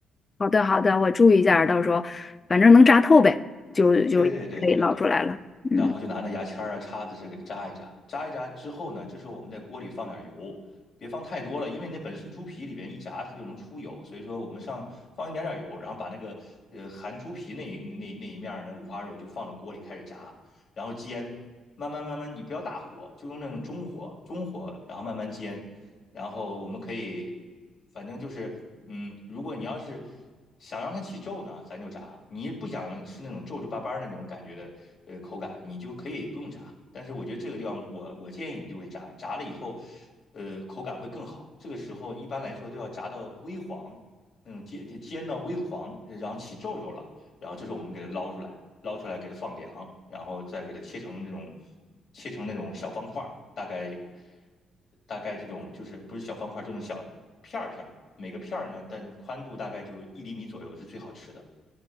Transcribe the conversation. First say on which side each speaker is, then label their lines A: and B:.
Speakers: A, on the left; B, on the left.
A: 好的好的，我注意一下儿到时候反正能扎透呗，
B: 嗯。
A: 就就可以捞出来了。
B: 对对对对对对，
A: 嗯。
B: 然后就拿那牙签儿啊、叉子这给它扎一扎，扎一扎之后呢，这时候我们在锅里放点油，别放太多了，因为那本身猪皮里边一炸它就能出油，所以说我们上放一点点油，然后把那个呃含猪皮那一那那一面儿那五花肉就放到锅里开始炸，然后煎，慢慢慢慢，你不要大火，就用那种中火，中火，然后慢慢煎，然后我们可以，反正就是，嗯，如果你要是想让它起皱呢，咱就炸；你不想吃那种皱皱巴巴那种感觉的，呃，口感，你就可以也不用炸。但是我觉得这个地方我，我建议你就会炸，炸了以后，呃，口感会更好。这个时候一般来说都要炸到微黄，那种煎煎到微黄，呃然后起皱皱了，然后这时候我们给它捞出来。捞出来给它放凉，然后再给它切成那种切成那种小方块儿，大概大概这种就是不是小方块儿，这种小片儿片儿，每个片儿呢，但是宽度大概就一厘米左右是最好吃的。